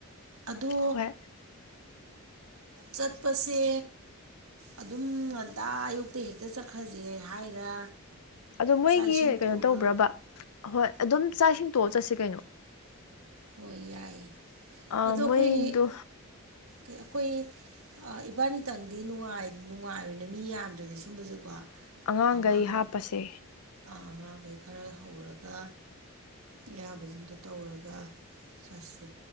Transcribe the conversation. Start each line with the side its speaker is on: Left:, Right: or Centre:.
Right: ꯑꯗꯣ
Left: ꯍꯣꯏ
Right: ꯆꯠꯄꯁꯦ ꯑꯗꯨꯝ ꯉꯟꯇꯥ ꯑꯌꯨꯛꯇ ꯍꯦꯛꯇ ꯆꯠꯈ꯭ꯔꯁꯦ ꯍꯥꯏꯔ
Left: ꯑꯗꯨ ꯃꯣꯏꯒꯤ
Right: ꯆꯥꯛ ꯏꯁꯤꯡ ꯇꯣꯛꯑꯒ
Left: ꯀꯩꯅꯣ ꯇꯧꯕ꯭ꯔꯕ ꯍꯣꯏ ꯑꯗꯨꯝ ꯆꯥꯛ ꯏꯁꯤꯡ ꯊꯣꯡꯑ ꯆꯠꯁꯤ ꯀꯩꯅꯣ
Right: ꯍꯣꯏ ꯌꯥꯏꯌꯦ
Left: ꯑ
Right: ꯑꯗꯣ
Left: ꯃꯣꯏꯗꯨ
Right: ꯑꯩꯈꯣꯏ ꯑꯩꯈꯣꯏ ꯑ ꯏꯕꯥꯅꯤꯇꯪꯗꯤ ꯅꯨꯡꯉꯥꯏꯔꯣꯏꯅꯦ ꯃꯤ ꯌꯥꯝꯗ꯭ꯔꯗꯤ ꯁꯨꯝꯕꯁꯦꯀꯣ
Left: ꯑꯉꯥꯡꯈꯩ
Right: ꯑꯉꯥꯡ
Left: ꯍꯥꯞꯄꯁꯦ
Right: ꯑꯉꯥꯡꯈꯩ ꯈꯔ ꯍꯧꯔꯒ ꯑꯌꯥꯕꯁꯤꯡꯗꯣ ꯇꯧꯔꯒ ꯆꯠꯁꯤ